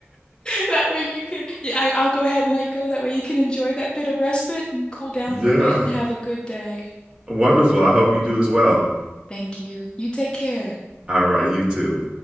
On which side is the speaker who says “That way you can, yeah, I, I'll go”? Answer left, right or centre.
Left